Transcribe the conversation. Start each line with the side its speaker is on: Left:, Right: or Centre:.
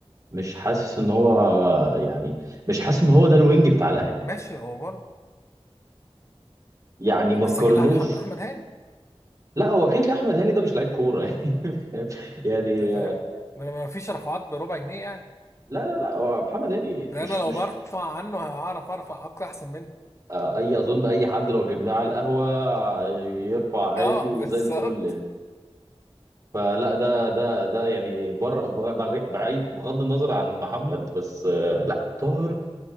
Right: مش حاسس ان هو يعني مش حاسس ان هو ده الوينج بتاع الاهلي
Left: ماشي هو برضه
Right: يعني
Left: آه،
Right: ما
Left: بس
Right: تقارنوش
Left: كده ارحم من احمد هاني
Right: لا هو كيك احمد هاني ده مش لعيب كوره <laughs> يعني
Left: انت فاهم ده ما فيش رفعات بربع جنيه يعني
Right: لا لا لا هو محمد هاني
Left: ده
Right: مش
Left: انا لو
Right: مش
Left: برفع عنه هعرف ارفع اكتر احسن منه
Right: آه، اي اظن اي حد لو جبناه على القهوه يرفع عادي
Left: <laughs> اه
Right: وزي
Left: بالظبط
Right: الفل يعني فلا ده ده ده يعني بر بغ- بعيد بغض النظر عن محمد بس آه، لا طاهر